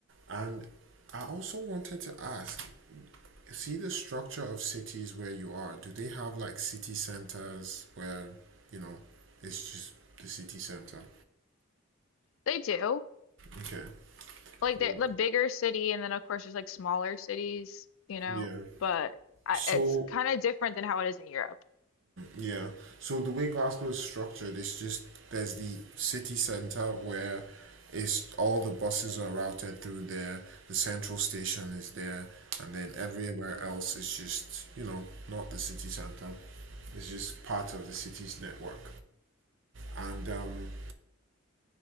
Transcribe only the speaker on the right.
And I also wanted to ask see the structure of cities where you are. Do they have like city centers where, you know, it's just the city center?
Okay.
Yeah.
Yeah.
So
Yeah. So the way Glasgow is structured, is just there's the city centre where it's all the buses are routed through there. The central station is there, and then everywhere else is just you know not the city centre. It's just part of the city's network. And um,